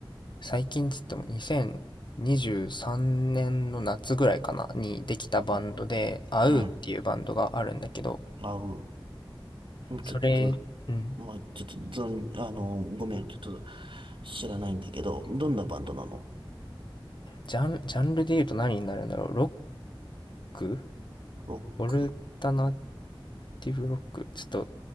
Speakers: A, on the left (about 60°); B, on the right (about 70°).
A: 最近つっても2023年の夏ぐらいかな、にできたバンドで、
B: うん。
A: アウーっていうバンドがあるんだけど、
B: うん。あう。
A: それ、
B: ちょっと、
A: うん、
B: まあ、ちょっと、どん、あの、ごめん、ちょっと知らないんだけど、どんなバンドなの
A: ジャン、ジャンルで言うと何になるんだろう、ロック
B: ロック。
A: オルタナティブロックちょっと、